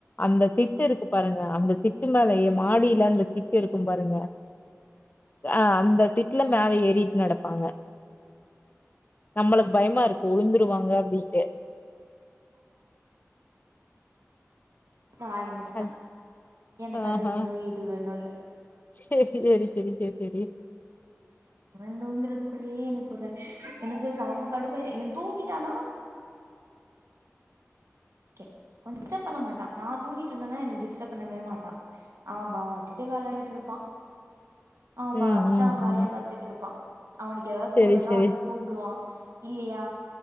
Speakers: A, on the left; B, on the right.
A: அந்த திட்டு இருக்கு பாருங்க அந்த திட்டு மேலைய மாடியில அந்த திட்டு இருக்கும் பாருங்க ஆ அந்த திட் திட்ல மேல ஏரி ட்டு நடப்பாங்க <inaudible> நம்மளுக்கு பயமா இருக்கு உழுந்துருவாங்க அப்படின்ட்டு
B: ம் ஆரம்பிச்சிட்டா
A: ஆ
B: எனக்கு
A: ஆஹ
B: அது வேணு இது வேணுன்னு
A: செரி செரி செரி செரி செரி
B: இவன் தூங்குறதுக்குள்ளயே எனக்கு ஒரு எனக்கு செம கடுப்பாயிடு இவன் தூங்கிட்டானா ஓகே டிஸ்டர்ப் பண்ண மாட்டான் நான் தூங்கிட்டு இருந்தேனா என்னை டிஸ்டர்ப் பண்ணவே மாட்டான் அவ பாட்டுட்டு விளையாடிட்டு இருப்பான் அவன் பாட்டுட்டு
A: ம் ம்
B: அவன் வேலைய
A: ம்
B: பாத்துட்டு இருப்பான் அவனுக்கு ஏதாவது
A: சேரி
B: தேவைன்னா
A: சேரி
B: வந்து கூப்பிடுவான் இல்லையா